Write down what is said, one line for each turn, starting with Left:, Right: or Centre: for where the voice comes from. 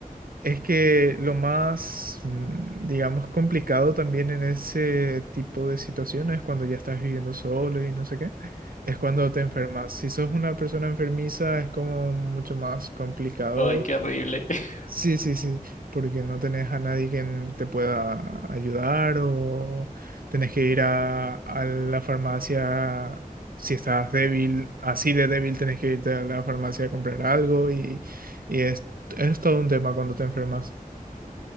Right: es que lo más, mm, digamos, complicado también en ese tipo de situaciones, cuando ya estás viviendo solo y no sé qué, es cuando te enfermas. Si sos una persona enfermiza, es como mucho más complicado.
Left: Ay, qué horrible. <laughs>
Right: Sí, sí, sí, porque no tenés a nadie quien te pueda ayudar o tenés que ir a, a la farmacia. Si estás débil, así de débil, tenés que irte a la farmacia a comprar algo y, y es, es todo un tema cuando te enfermas.